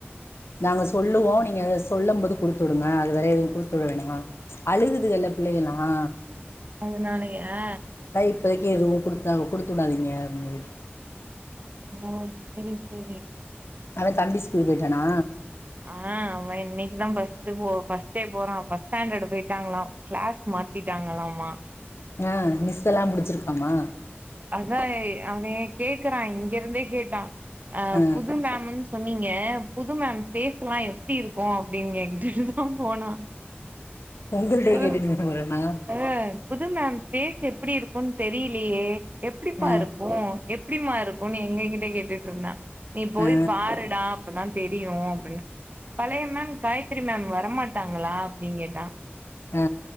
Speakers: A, on the left; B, on the right.
A: நாங்கள் சொல்லுவோம் நீங்க சொல்லும் போது குடுத்து விடுங்க அது வேற எதுவும் குடுத்து விட வேனா அழுகுதுல்ல பிள்ளைகல்லாம்
B: அது நாளையா
A: இப்பதைக்கும் எதுவும் கொடுத்தா கொடுத்து விடாதீங்கங்க அப்டினு
B: ஹ சேரி சேரி
A: அவன் தம்பி ஸ்கூல்க்கு போயிட்டானா
B: ஆஹ் அவ இன்னைக்குதான் ஃபஸ்டு ஃபஸ்டே போறான் ஃபஸ்ட் ஸ்டாண்டர்ட் போயிட்டாங்களாம் கிளாஸ் மாத்திட்டாங்களாம்மா
A: ஆஹ் மிஸ் எல்லாம் புடிச்சிருக் காமா
B: அதா அவன் கேட்கிறான் இங்க இருந்தே கேட்டான் அஹ்
A: ஆ
B: புது மேம்மு சொன்னீங்க புது மேம் பேஸ் எல்லாம் எப்படி இருக்கும் அப்படின்ங்க கேட்டு ட்டுதான் போன
A: உங்கள்ட்டயே
B: புது
A: கேட்டுட்டு போ போறேனா
B: அ புது மேம் பேஸ் எப்படி இருக்கும்ன்னு தெரியலையே எப்படிப்பா
A: ஆ
B: இருக்கும் எப்படிமா இருக்கும் எங்ககிட்ட கேட்டுட்டு இருந்தா நீ போய்
A: ஆ
B: பாருடா அப்பதான் தெரியும் அப்படின்னு பழைய மேம் காயத்திரி மேம் வரமாட்டாங்களா அப்படிங்கேட்டா
A: ஆ